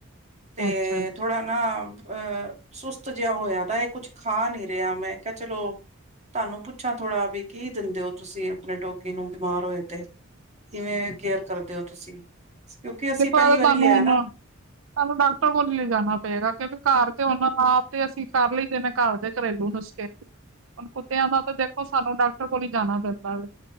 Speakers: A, on the right; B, on the right.
A: ਅੱਛਾ
B: ਤੇ
A: ਅੱਛਾ
B: ਥੋੜਾ। ਨਾ ਅ ਸੁਸਤ ਜਿਹਾ ਹੋਇਆ ਤਾਂ ਇਹ ਕੁੱਛ ਖਾ ਨਹੀਂ ਰਿਹਾ ਮੈਂ ਕਿਹਾ ਚਲੋ ਤੁਹਾਨੂੰ ਪੁੱਛਾਂ ਥੋੜਾ ਵੀ ਕੀ ਦਿੰਦੇ ਹੋ ਤੁਸੀਂ ਆਪਣੇ ਡੋਗੀ ਨੂੰ ਬਿਮਾਰ ਹੋਏ ਤੇ। ਕਿਵੇਂ ਕੇਅਰ ਕਰਦੇ ਹੋ ਤੁਸੀਂ। ਕਿਉਂਕਿ ਅਸੀਂ
A: ਦੇਖੋ
B: ਪਹਿਲੀ
A: ਏ ਤੇ
B: ਵਾਰੀ
A: ਤੁਹਾਨੂੰ
B: ਲਿਆ ਨਾ
A: ਹਣ। ਸਾਨੂੰ ਡਾਕਟਰ ਕੋਲ ਹੀ ਲੇ ਜਾਣਾ ਪਏਗਾ ਕਿਉਂਕਿ ਘਰ ਤੇ ਉਹਨਾਂ ਆਪ ਤੇ ਅਸੀਂ ਕਰ ਲਈ ਦੇ ਨੇ ਘਰ ਦੇ ਘਰੇਲੂ ਨੁਸਖੇ।
B: ਹ <inaudible>
A: ਹੁਣ ਕੁੱਤਿਆਂ ਦਾ ਤਾਂ ਦੇਖੋ ਸਾਨੂੰ ਡਾਕਟਰ ਕੋਲ ਹੀ ਜਾਣਾ ਪੈਂਦਾ ਵ।